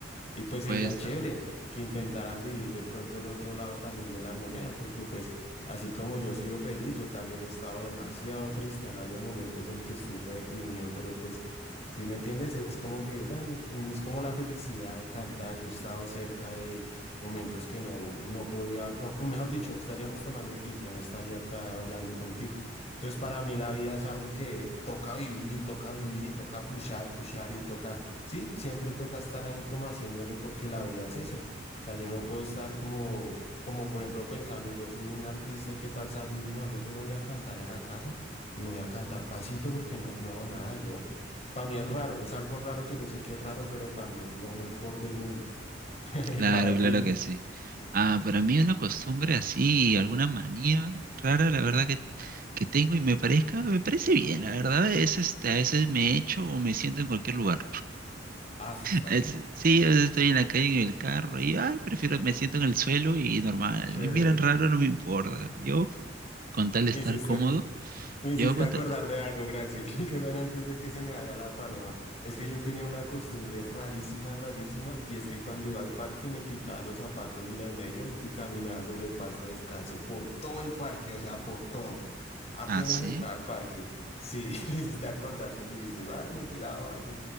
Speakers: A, on the left (about 35°); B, on the right (about 50°).
A: Y
B: Por
A: pues
B: supuesto,
A: sería chévere que intentaran vivir de pronto el otro lado también de la moneda, porque pues así como yo soy feliz, yo también he estado demasiado triste, han habido momentos en que estoy re deprimido, pero pues, si me entiendes, es como que tan- es como la felicidad de cantar, yo he estado cerca de momentos que no, no podría, no, pues, mejor dicho, estaríamos tomando tinto, no estaría acá hablando contigo. Entonces para mí la vida es algo que toca vivir y toca vivir y toca pushar, pushar y toca Sí, siempre toca estar ahí como haciéndole porque la vida es eso. O sea, yo no puedo estar como, como por ejemplo pensando, yo soy un artista y qué tal salir y no, yo solo voy a cantar en la casa y voy a cantar pasito porque no, no, nada, yo, para mí es raro, es algo raro que yo sé que es raro, pero para mí es lo mejor del mundo. <laughs>
B: claro,
A: Y para
B: claro
A: ti,
B: que sí. Ah, para mí una costumbre así, alguna manía rara, la verdad que, que tengo y me parezca, me parece bien, la verdad, es este, a veces me echo o me siento en cualquier lugar.
A: ah, eso está
B: Es-
A: bien.
B: sí, a veces estoy en la calle en el carro y ay, prefiero, me siento en el suelo y normal.
A: Chévere.
B: Me miran raro, no me importa. Yo, con tal de
A: Me
B: estar
A: hiciste.
B: cómodo,
A: Me
B: yo
A: hiciste
B: con
A: acordar
B: tal...
A: de algo, gracias. <laughs> Qué pena antes de que se me vaya la paloma. Es que yo tenía una costumbre rarísima, rarísima, y es que cuando iba al parque me quitaba los zapatos y las medias y caminaba sobre el pasto descalzo por todo el parque, o sea, por todo. Apenas
B: Ah, sí.
A: entraba al parque, sí, <laughs> me hiciste acordar cuando dijiste, ay, me tiraba algo. Y